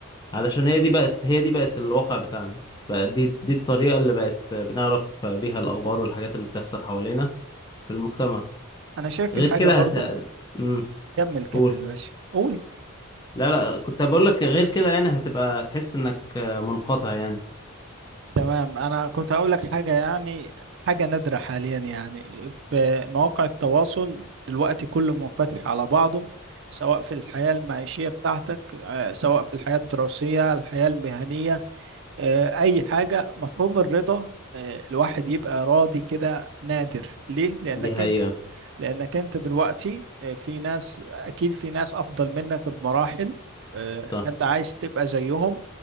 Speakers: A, on the left; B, on the right.
A: علشان هي دي بقت هي دي بقت الواقع بتاعنا بقى دي دي الطريقة اللي بقت بنعرف بيها الأخبار والحاجات اللي بتحصل حوالينا في المجتمع
B: انا شايف
A: غير
B: في حاجة
A: كده
B: برضو
A: هت مم،
B: كمل كمل
A: قول
B: ماشي قول
A: لا لا كنت بقول لك غير كده يعني هتبقى تحس انك آه، منقطع يعني
B: تمام انا كنت هقول لك حاجه يعني حاجه نادره حاليا يعني في مواقع التواصل دلوقتي كله منفتح على بعضه سواء في الحياه المعيشيه بتاعتك آه، سواء في الحياه الدراسيه الحياه المهنيه آه، اي حاجه مفهوم الرضا آه، الواحد يبقى راضي كده نادر ليه لانك
A: دي حقيقة
B: انت لانك انت دلوقتي آه، في ناس اكيد في ناس افضل منك بمراحل آه،
A: صح
B: فانت عايز تبقى زيهم